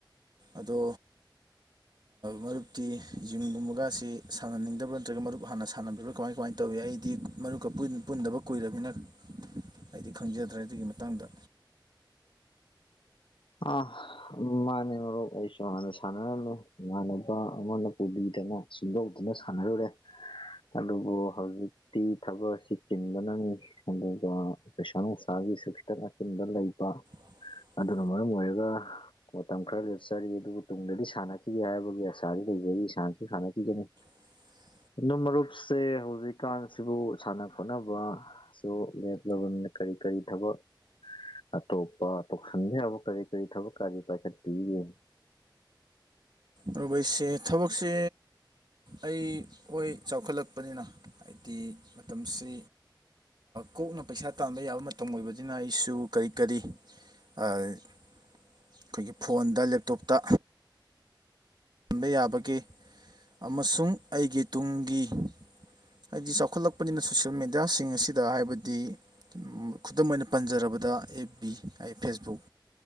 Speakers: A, on the right; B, on the left.
A: ꯑꯗꯣ ꯃꯔꯨꯞꯇꯤ ꯌꯨꯝꯒꯨꯝꯕꯒꯁꯤ ꯁꯥꯟꯅꯅꯤꯡꯗꯕ꯭ꯔꯥ ꯅꯠꯇ꯭ꯔꯒ ꯃꯔꯨꯞ ꯍꯥꯟꯅ ꯁꯥꯟꯅꯕꯤꯕ꯭ꯔꯥ ꯀꯃꯥꯏ ꯀꯃꯥꯏꯅ ꯇꯧ ꯇꯧꯋꯤ ꯑꯩꯗꯤ ꯃꯔꯨꯞ ꯄꯨꯟꯗꯕ ꯀꯨꯏꯔꯕꯅꯤꯅ ꯑꯩꯗꯤ ꯈꯪꯖꯗ꯭ꯔꯦ ꯑꯗꯨꯒꯤ ꯃꯇꯥꯡꯗ
B: ꯑꯥ ꯃꯥꯅꯦ ꯃꯔꯨꯞ ꯑꯩꯁꯨ ꯍꯥꯟꯅ ꯁꯥꯟꯅꯔꯝꯃꯦ ꯏꯃꯥꯟꯅꯕ ꯑꯃꯅ ꯄꯨꯕꯤ ꯗꯅ ꯁꯤ ꯂꯧꯧꯗꯨꯅ ꯁꯥꯟꯅꯔꯨꯔꯦ ꯑꯗꯨꯕꯨ ꯍꯧꯖꯤꯛꯇꯤ ꯊꯕꯛ ꯑꯁꯤ ꯀꯤꯟꯕꯅꯅꯤ ꯑꯗꯨꯒ ꯄꯩꯁꯥ ꯅꯨꯡꯁꯥ ꯁꯨ ꯈꯤꯇꯪ ꯑꯆꯤꯟꯕ ꯂꯩꯕ
A: <unintelligible>
B: ꯑꯗꯨꯅ ꯃꯔꯅꯝ ꯑꯣꯏꯌꯦꯒ ꯃꯇꯝ ꯈꯔ ꯂꯦꯞꯆꯔꯤ ꯑꯗꯨꯕꯨ ꯇꯨꯡꯗꯗꯤ ꯁꯥꯟꯅꯈꯤꯒꯦ ꯍꯥꯏꯕꯒꯤ ꯑꯁꯥꯗꯨ ꯂꯩꯖꯔꯤ ꯏꯁꯥꯅꯁꯨ ꯁꯥꯟꯅꯈꯤꯒꯅꯤ
A: <unintelligible>
B: ꯑꯗꯨꯅꯨꯡ ꯃꯔꯨꯞꯁꯦ ꯍꯧꯖꯤꯛꯀꯥꯟꯁꯤꯕꯨ ꯁꯥꯟꯅ ꯈꯣꯠꯅꯕꯁꯨ ꯂꯦꯞꯂꯕꯅꯦ ꯀꯔꯤ ꯀꯔꯤ ꯊꯕꯛ ꯑꯇꯣꯞꯄ ꯈꯪꯖꯔꯕ ꯀꯔꯤ ꯀꯔꯤ ꯊꯕꯛ ꯀꯔꯤ ꯄꯥꯏꯈꯠꯄꯤꯒꯦ
A: ꯑꯗꯨꯒ ꯑꯩꯁꯦ ꯊꯕꯛꯁꯦ ꯑꯩ ꯍꯣꯏ ꯆꯥꯎꯈꯠꯂꯛꯄꯅꯤꯅ ꯍꯥꯏꯗꯤ ꯃꯇꯝꯁꯤ ꯀꯣꯛꯅ ꯄꯩꯁꯥ ꯇꯥꯟꯕ ꯌꯥꯕ ꯃꯇꯝ ꯑꯣꯏꯕꯕꯁꯤꯅ ꯑꯩꯁꯨ ꯀꯔꯤ ꯀꯔꯤ ꯑꯩꯈꯣꯏꯒꯤ ꯐꯣꯟꯗ ꯂꯦꯞꯇꯣꯞꯇ ꯄꯟꯕ ꯌꯥꯕꯒꯦ ꯑꯃꯁꯨꯡ ꯑꯩꯒꯤ ꯇꯨꯡꯒꯤ ꯍꯥꯏꯗꯤ ꯆꯥꯎꯈꯠꯂꯛꯄꯅꯤꯅ ꯁꯣꯁꯤꯦꯜ ꯃꯦꯗꯤꯌꯥꯁꯤꯡ ꯑꯁꯤꯗ ꯍꯥꯏꯕꯗꯤ ꯈꯨꯗꯝ ꯑꯣꯏꯅ ꯄꯟꯖꯔꯕꯗ ꯑꯦꯐ ꯕꯤ ꯐꯦꯁꯕꯨꯛ